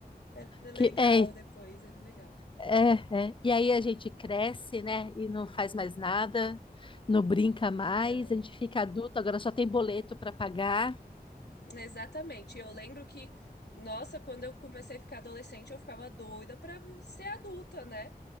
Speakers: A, on the left; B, on the left.
A: Era legal
B: Que é,
A: depois, era legal.
B: é, é. E aí a gente cresce, né? E não faz mais nada, não brinca mais,
A: Não,
B: a gente fica adulto, agora só tem boleto para pagar.
A: exatamente. Eu lembro que, nossa, quando eu comecei a ficar adolescente, eu ficava doida pra ser adulta, né?